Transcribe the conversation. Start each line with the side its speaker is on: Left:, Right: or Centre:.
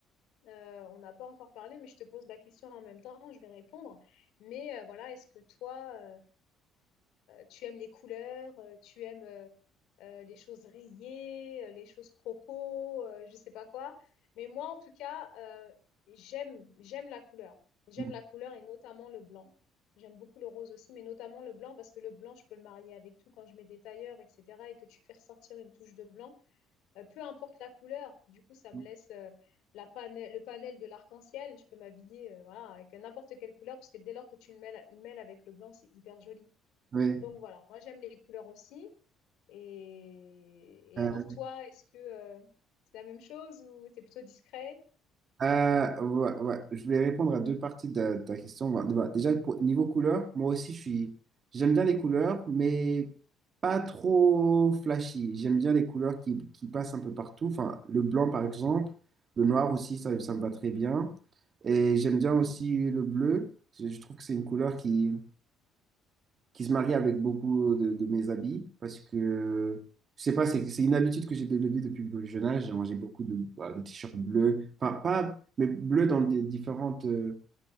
Left: euh, on n'a pas encore parlé, mais je te pose la question en même temps, je vais répondre. Mais euh, voilà, est-ce que toi euh, tu aimes les couleurs, euh, tu aimes euh, euh, les choses rayées, euh, les choses croco, euh, je sais pas quoi. Mais moi, en tout cas, euh, j'aime, j'aime la couleur. J'aime
Right: mm,
Left: la couleur et notamment le blanc. J'aime beaucoup le rose aussi, mais notamment le blanc parce que le blanc, je peux le marier avec tout quand je mets des tailleurs, etc. Et que tu fais ressortir une touche de blanc, euh, peu importe la couleur. Du coup, ça me
Right: mm,
Left: laisse euh, la pane- le panel de l'arc-en-ciel. Je peux m'habiller euh, voilà, avec n'importe quelle couleur parce que dès lors que tu le mêles, le mêles avec le blanc, c'est hyper joli.
Right: ouais.
Left: Donc voilà, moi j'aime les couleurs aussi. Et, et
Right: Euh,
Left: alors toi, est-ce que euh, c'est la même chose ou t'es plutôt discret?
Right: ah, ouais, ouais. Je voulais répondre à deux parties de ta, question. Bah, bah, déjà, pour- niveau couleur, moi aussi, je suis, j'aime bien les couleurs, mais pas trop flashy. J'aime bien les couleurs qui, qui passent un peu partout. Enfin, le blanc, par exemple. Le noir aussi, ça, ça me va très bien. Et j'aime bien aussi le bleu. Je, je trouve que c'est une couleur qui, qui se marie avec beaucoup de, de mes habits parce que je sais pas, c'est c'est une habitude que j'ai développée depuis le jeune âge. Genre, J'ai beaucoup de, bah, de t-shirts bleus, enfin pas, mais bleus dans des différentes euh,